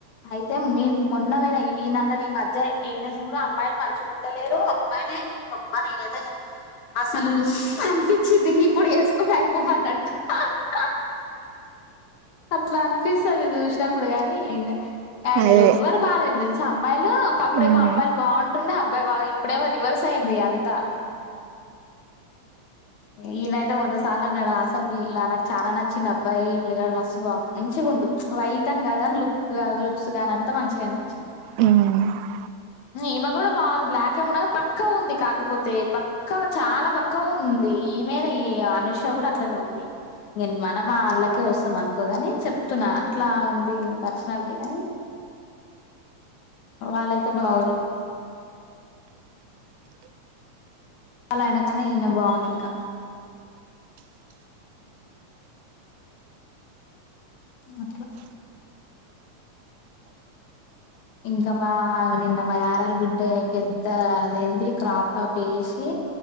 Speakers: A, on the left; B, on the right.
A: అయితే మీ మొన్నవొయిన మీనన్నది ఈ మధ్య ఏడ చూడు అమ్మాయిలు మంచిగుంటలేరు అబ్బాయిలే హీరో అబ్బా నేనైతే అసలు అని చ్చిది ఇప్పుడు చేసుకుంటే అయిపోవన్నట్టు హ హ అట్లా అనిపిస్తది చూసినప్పుడు కానీ ఆ
B: అదే
A: ఎవ్వరు బాలేదు తెలుసా అమ్మాయిలు ఒకప్పుడేమో
B: ఉమ్
A: అమ్మాయిలు బాగుంటుండే అబ్బాయి బా ఇప్పుడేమో రివర్స్ అయింది అం త్త ఈయనైయితే వంద సార్లు అన్నాడు అసలు పిల్ల నాకు చాలా నచ్చిండు అబ్బాయి పిల్లగాడు మస్తు బా మంచిగా ఉండు వైట్ అని కాదు కాని లుక్ లుక్స్ గాని అంత మంచిగా అనిపిచింది
B: ఉమ్
A: ఈమె కూడా బాగుంది బ్లాక్ ఏ ఉండె గాని బక్కగ ఉంది కాకపోతే బక్కగ చాలా బక్కగ ఉంది. ఈమెనె ఈ అనుష కూడా అట్లనే ఉంది నేను మనం అళ్ళకే వస్తాం అనుకోగాని చెప్తున్నా అట్లా ఉంది పర్సనాలిటీ గాని వాళ్ళయితే బాగురు వాళ్ళ ఆయనకన్నా ఈయన బాగుండు ఇంకా అట్ల ఇంకా మా నిన్న మా యరాల బిడ్డ పెద్ద అదేంటి క్రాప్ టాప్ వేసి